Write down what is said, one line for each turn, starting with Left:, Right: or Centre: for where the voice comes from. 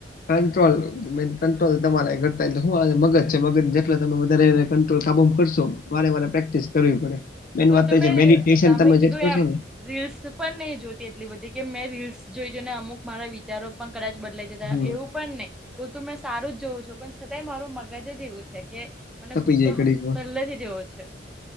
Left: કંટ્રોલ મન કંટ્રોલ તમારે ઘતા હું મગજ છે મગજ જેટલા તમે વધારે કાબુ કરશો વારે વારે પ્રેક્ટિસ કરવી પડે મેન
Centre: તો
Left: વાત
Centre: તમે
Left: છે મેડિટેશન તમે
Centre: કીધું
Left: જે કરશો
Centre: એમ
Left: ને
Centre: રીલ્સ પણ નહી જોતી એટલી બધી કે મેં રીલ્સ જોઈજ ને અમુક મારા વિચારો પણ કદાચ બદલાય
Left: હમ
Centre: એવું પણ નહી હું ત મેં સારું જ જોઉં છું પણ છતાંય મારું મગજ જ એવું છે કે મને
Left: તપી
Centre: ગુસ્સો
Left: જાય ઘડીકમાં
Centre: પહેલાથી જેવો છે.